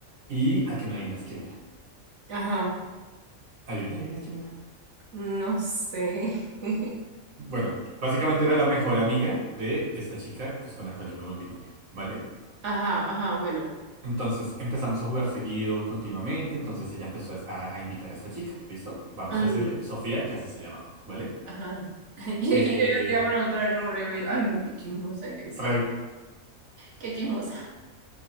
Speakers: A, on the right; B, on the right.
A: y a que no adivinas quién era.
B: ajá,
A: Adivina, adivina quién era.
B: no sé. <laughs>
A: Bueno, básicamente era la mejor amiga de esta chica, pues con la cual yo me volví novio, ¿vale?
B: Ajá, ajá, bueno.
A: Entonces empezamos a jugar seguido, continuamente. Entonces ella empezó a, a invitar a esta chica, ¿listo? Vamos
B: Ay,
A: a decirle
B: n-
A: Sofía, que así se llamaba, ¿vale?
B: ajá. <laughs> Yo,
A: Eh,
B: yo te iba a preguntar el nombre. güey. Ay, no, qué chismosa que soy.
A: tra-
B: Qué chismosa.